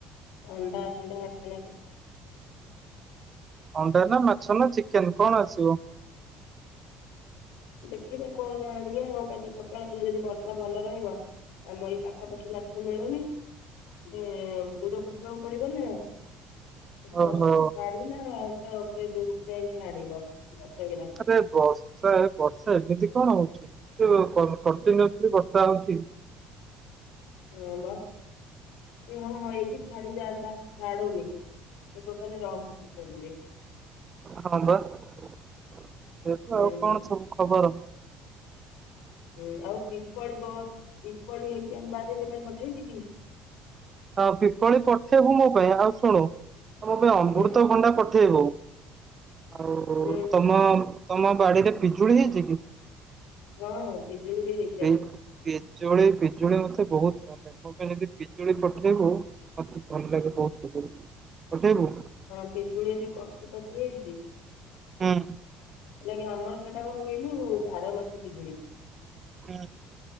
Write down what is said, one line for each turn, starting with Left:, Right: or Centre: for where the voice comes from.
Left: ଅଣ୍ଡା ଫଣ୍ଡା ଆଣିଆ ନହେଲେ
Right: ଅଣ୍ଡା ନାଁ ମାଛ ନାଁ ଚିକେନ୍ କଣ ଆସିବ?
Left: ଦେଖିବା କଣ ଆଣିଆ ଆଉ କାଲି ସଖାଳ ହେଲେ ଯଦି ବର୍ଷା ଭଲ ରହିବ ଆଉ ଏଇ ପାଖାପାଖି ମାଛ ମିଳୁନି ଦେ ଦୂରକୁ ଯିବାକୁ ପଡ଼ିବ ନା। ଯଦି ବର୍ଷା
Right: ଓହୋ
Left: ଛାଡ଼ିଲା ତ କିଏ ଦୂରୁକୁ ଯାଇକି ଆଣିବ ମାଛ ହେରା।
Right: ଆରେ ବର୍ଷା ଏ ବର୍ଷା ଏମିତି କଣ ହଉଚି? ମୋ କ କଣ୍ଟିନୁଅସଲି ବର୍ଷା ହଉଚି।
Left: ହଁ ବା। ଇଏ ହଉ ହଇକି ଛାଡ଼ି ଯାଆନ୍ତା ଛାଡୁ଼ନି ଏ ଟୋଟାଲି ରହୁଚି ସେମିତି।
Right: ହଁ ପା ଏଇଆ ତ
Left: ହୁଁ
Right: ଆଉ
Left: ହୁଁ
Right: କଣ ସବୁ ଖବର?
Left: ହୁଁ ଆଉ ପିପଳି ତୋହ ପିପଳି ହେଇଚି ଆମ ବାରିରେ ତୋ ପାଇଁ ପଠେଇବି କି?
Right: ହଁ ପିପଳି ପଠେଇବୁ ମୋ ପାଇଁ ଆଉ ଶୁଣୁ ମୋ ପାଇଁ ଅମ୍ବୃତ
Left: ହୁଁ
Right: ଭଣ୍ଡା ପଠେଇବୁ। ଆଉ
Left: ହୁଁ
Right: ତମ ତମ ବାଡ଼ିରେ ପିଜୁଳି ହେଇଚି କି?
Left: ହଁ ପଜୁଳି ବି ହେଇ
Right: ପି -ପିଜୁଳି ପିଜୁଳି ମତେ ବହୁତ ଭଲ। ମ ପାଇଁ ଯଦି ପିଜୁଳି ପଠେଇବୁ ମତେ ଭଲ ଲାଗେ ବହୁତ ପିଜୁଳି ପଠେଇବୁ।
Left: ହଁ ପିଜୁଳି ଏବେ କଷି କଷି ହେଇଚି। ହେଲା
Right: ହୁଁ
Left: କି ଆମର ସେଟା କଣ କହିଲୁ ବାରମାସୀ ପିଜୁଳି।
Right: ହୁଁ।